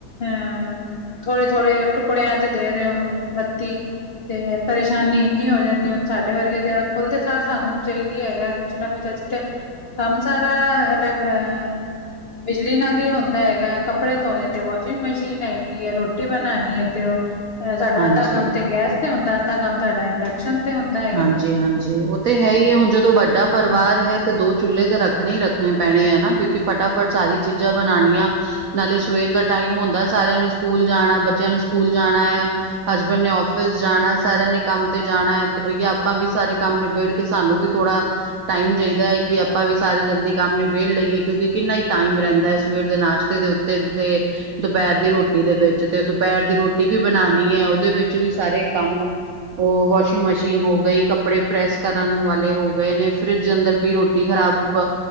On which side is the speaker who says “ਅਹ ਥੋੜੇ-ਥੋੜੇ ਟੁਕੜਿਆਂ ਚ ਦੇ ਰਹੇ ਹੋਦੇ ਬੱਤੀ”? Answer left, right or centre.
Left